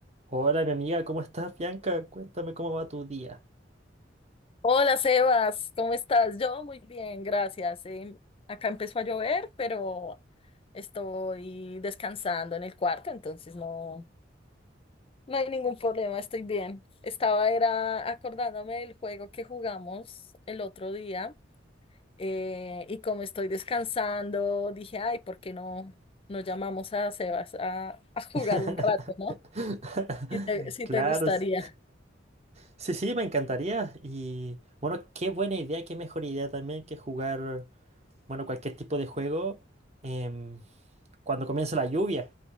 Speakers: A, on the right; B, on the left.
A: Hola, mi amiga, ¿cómo estás, Bianca? Cuéntame cómo va tu día.
B: Hola Sebas, ¿cómo estás? Yo muy bien, gracias. Eh, acá empezó a llover, pero estoy descansando en el cuarto, entonces no, no hay ningún problema, estoy bien. Estaba era acordándome del juego que jugamos el otro día eh, y como estoy descansando, dije, ay, ¿por qué no nos llamamos a Sebas a, a jugar
A: <laughs>
B: un rato, ¿no? Si te, si
A: Claro,
B: te gustaría.
A: s- sí, sí, me encantaría. Y bueno, qué buena idea, qué mejor idea también que jugar, bueno, cualquier tipo de juego em, cuando comienza la lluvia.